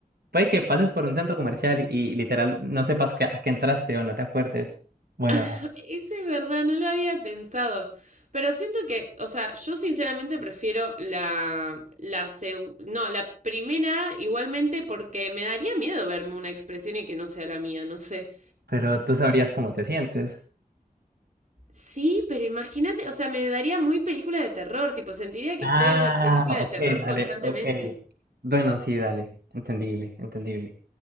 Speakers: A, on the right (about 85°); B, on the right (about 50°).
A: puede que pases por un centro comercial y, y literal no sepas que- a qué entraste o no te acuerdes.
B: <laughs>
A: Bueno,
B: Eso es verdad, no lo había pensado. Pero siento que, o sea, yo sinceramente prefiero la, la seg- no, la primera igualmente porque me daría miedo verme una expresión y que no sea la mía, no sé.
A: pero tú sabrías cómo te sientes.
B: Sí, pero imagínate, o sea, me daría muy película de terror, tipo, sentiría que
A: Ah,
B: estoy en una película de
A: ok,
B: terror
A: dale,
B: constantemente.
A: ok. Bueno, sí, dale, entendible, entendible.